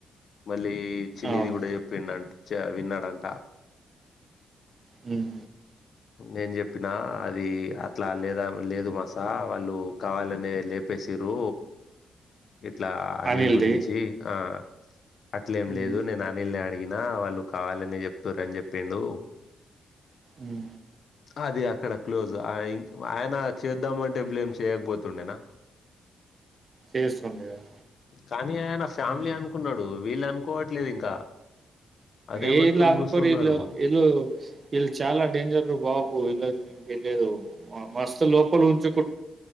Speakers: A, on the left (about 55°); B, on the right (about 35°).
A: మళ్ళీ చిన్నిది
B: అవును
A: కూడా చెప్పిందంట చ విన్నారంట
B: హ్మ్
A: నేను చెప్పిన అది అహ్ అట్లా లేదా లేదు మాసా వాళ్ళు కావాలనే లేపేసిరు ఇట్లా అనీల్
B: అనిల్ది
A: గురించి ఆ అట్లే ఏం
B: హ్మ్
A: లేదు వెళ్లి అడిగినా వాళ్ళు కావాలని చేతుర్రు అని చెప్పిండు
B: ఉహు
A: అది అక్కడ క్లోజ్ అయి ఆయన చేద్దామంటే బ్లేమ్ చేయకపోతుండేనా?
B: చేస్తుండే కదా
A: కానీ ఆయన ఫ్యామిలీ
B: హ్మ్
A: అనుకున్నడు వీళ్ళ అనుకోం లేదు ఇంకా అదే
B: ఏ
A: బట్టుకొని
B: ఇల్లు అనుకోరిల్లు
A: గూసున్నారు.
B: ఇల్లు ఇల్లు చాలా డేంజర్ రో బాబు ఉ ఇల్లది డేంజర్ మస్తు లో పొలం చేకూ